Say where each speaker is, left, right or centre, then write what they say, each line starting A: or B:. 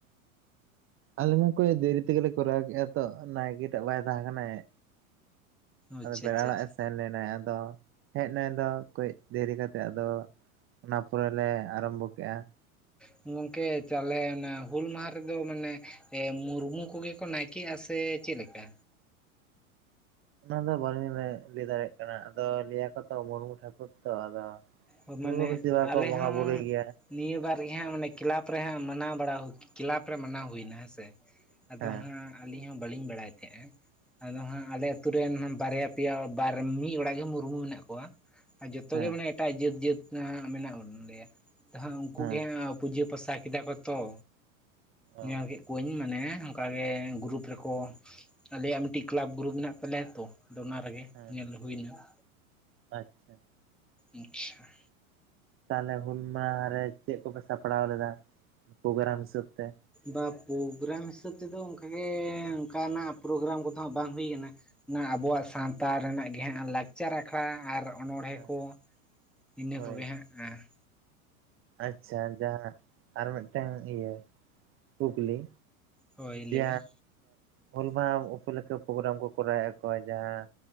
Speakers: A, on the right (about 30°); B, in the centre.
A: ᱟᱞᱮ ᱢᱟᱠᱚᱭ ᱫᱮᱨᱤ ᱛᱮᱜᱮᱞᱮ ᱠᱚᱨᱟᱣ ᱠᱮᱜᱼᱟ ᱛᱚ ᱱᱟᱭᱠᱮ ᱴᱟᱜ ᱵᱟᱭ ᱛᱟᱦᱮᱸ ᱠᱟᱱᱟᱭ ᱾
B: ᱟᱪᱪᱷᱟ
A: ᱟᱫᱚ, ᱯᱮᱲᱟ
B: ᱟᱪᱪᱷᱟ
A: ᱚᱲᱟᱜᱼ
B: ᱟᱪᱪᱷᱟ
A: ᱮ ᱥᱮᱱ ᱞᱮᱱᱟᱭ ᱟᱫᱚ ᱦᱮᱡ ᱱᱟᱭ ᱟᱫᱚ ᱠᱟᱹᱡ ᱫᱮᱨᱤ ᱠᱟᱛᱮᱜ ᱟᱫᱚ ᱚᱱᱟ ᱯᱚᱨᱮ ᱞᱮ ᱟᱨᱚᱢᱵᱷᱚ ᱠᱮᱜᱼᱟ ᱾
B: ᱥᱚᱣ-ᱟᱜ ᱾ ᱜᱚᱝᱠᱮ ᱛᱟᱞᱦᱮ ᱚᱱᱟ ᱦᱩᱞ ᱢᱟᱦᱟ ᱨᱮᱫᱚ ᱢᱟᱱᱮ ᱢᱩᱨᱢᱩ ᱠᱚᱜᱮ ᱠᱚ ᱱᱟᱭᱠᱮᱜᱼᱟ ᱥᱮ ᱪᱮᱫ ᱞᱮᱠᱟ?
A: ᱚᱱᱟ ᱫᱚ ᱵᱟᱞᱤᱧ ᱞᱟᱹᱭ ᱫᱟᱲᱮᱭᱟᱜ ᱠᱟᱱᱟ ᱟᱫᱚ ᱞᱟᱹᱭᱟᱠᱚ ᱛᱚ ᱢᱩᱨᱢᱩ ᱴᱷᱟᱟᱹᱠᱩᱨ ᱛᱚ, ᱟᱫᱚ
B: ᱢᱟᱱᱮ
A: ᱢᱩᱨᱢᱩ ᱵᱮᱥᱤᱨ ᱵᱷᱟᱜᱽ
B: ᱟᱞᱮ
A: ᱠᱚ ᱵᱚᱸᱜᱟ
B: ᱦᱚᱸ
A: ᱵᱩᱨᱩᱭ ᱜᱮᱭᱟ ᱾
B: ᱱᱤᱭᱟᱹ ᱵᱟᱨ ᱜᱮ ᱦᱟᱸᱜ ᱢᱟᱱᱮ ᱠᱞᱟᱯ ᱨᱮ ᱦᱟᱸᱜ ᱢᱟᱱᱟᱣ ᱵᱟᱲᱟ ᱦᱩᱭ ᱠᱮᱞᱟᱵᱽ ᱨᱮ ᱢᱟᱱᱟᱣ ᱦᱩᱭᱱᱟ ᱦᱮᱸ ᱥᱮ ᱾ ᱟᱫᱚ
A: ᱦᱮᱸ
B: ᱦᱟᱸᱜ ᱟᱹᱞᱤᱧ ᱦᱚᱸ ᱵᱟᱞᱤᱧ ᱵᱟᱲᱟᱭ ᱛᱟᱦᱮᱸᱜᱼᱟ ᱟᱫᱚ ᱦᱟᱸᱜ ᱟᱞᱮ ᱟᱛᱩᱨ ᱨᱮᱱ ᱵᱟᱨᱭᱟ ᱯᱮᱭᱟ ᱵᱟᱨ ᱢᱤᱫ ᱚᱲᱟᱜ ᱜᱮ ᱢᱩᱨᱢᱩ ᱢᱮᱱᱟᱜ ᱠᱚᱣᱟ ᱟᱨ ᱡᱚᱛᱚ
A: ᱦᱮᱸ
B: ᱜᱮ ᱢᱟᱱᱮ ᱮᱴᱟᱜ ᱡᱟᱹᱛ ᱡᱟᱹᱛ ᱢᱮᱱᱟᱜ ᱵᱚᱱᱞᱮᱭᱟ ᱦᱟᱸᱜ, ᱩᱱᱠᱩ
A: ᱦᱮᱸ
B: ᱜᱮ ᱦᱟᱸᱜ ᱯᱩᱡᱟᱹ ᱯᱟᱥᱟ ᱠᱮᱫᱟ ᱠᱚ ᱛᱚ, ᱧᱮᱞ
A: ᱚ
B: ᱠᱮᱫ ᱠᱩᱧ ᱢᱟᱱᱮ ᱚᱱᱠᱟᱜ ᱜᱮ ᱜᱨᱩᱯ ᱨᱮᱠᱚ ᱥᱩᱠ ᱾ ᱟᱞᱮᱭᱟᱜ ᱢᱤᱫᱴᱤᱡ ᱠᱮᱞᱟᱯ ᱜᱨᱩᱨᱩᱯ ᱢᱮᱱᱟᱜ ᱛᱟᱞᱮᱭᱟ ᱛᱚ ᱟᱫᱚ ᱚᱱᱟ ᱨᱮᱜᱮ
A: ᱦᱮᱸ
B: ᱧᱮᱞ ᱦᱩᱭᱮᱱᱟ ᱾
A: ᱟᱪ-ᱪᱷᱟ ᱾
B: ᱟᱸᱪ-ᱪᱷᱟ ᱾
A: ᱛᱟᱞᱦᱮ ᱦᱩᱞᱢ ᱢᱟᱸᱦ ᱨᱮ ᱪᱮᱫ ᱠᱚᱯᱮ ᱥᱟᱯᱲᱟᱣ ᱞᱮᱫᱟ ᱯᱨᱳᱜᱨᱟᱢ ᱦᱤᱥᱟᱹᱵ ᱛᱮ?
B: ᱵᱟ ᱯᱨᱳᱜᱨᱟᱢ ᱦᱤᱥᱟᱹᱵ ᱛᱮᱫᱚ ᱚᱱᱠᱟᱜᱮ ᱚᱱᱠᱟᱱᱟᱜ ᱯᱨᱳᱜᱨᱟᱢ ᱠᱚᱫᱚ ᱦᱟᱸᱜ ᱵᱟᱝ ᱦᱳᱭ ᱠᱟᱱᱟ ᱾ ᱚᱱᱟ ᱟᱵᱚᱣᱟᱜ ᱥᱟᱶᱛᱟ ᱨᱮᱱᱟᱜ ᱜᱮ ᱞᱟᱠᱪᱟᱨ ᱟᱠᱷᱲᱟ ᱟᱨ ᱚᱱᱚᱬᱦᱮ
A: ᱦᱮᱸ
B: ᱠᱚ ᱤᱱᱟᱹ
A: ᱦᱳᱭ
B: ᱠᱚᱜᱮ ᱦᱟᱸᱜ, ᱦᱮᱸ ᱾
A: ᱟᱪᱪᱷᱟ ᱡᱟᱦᱟᱸ ᱟᱨ ᱢᱤᱫᱴᱟᱝ ᱤᱭᱟᱹ ᱠᱩᱠᱞᱤ?
B: ᱦᱳᱭ ᱞᱟᱹᱭᱵᱮᱱ
A: ᱡ ᱦᱚᱞ ᱢᱟᱦ ᱩᱯᱚᱞᱮᱠ ᱯᱨᱳᱜᱨᱟᱢ ᱠᱚ ᱠᱚᱨᱟᱣᱮᱫ᱾ ᱠᱚ ᱡᱟᱦᱟᱸ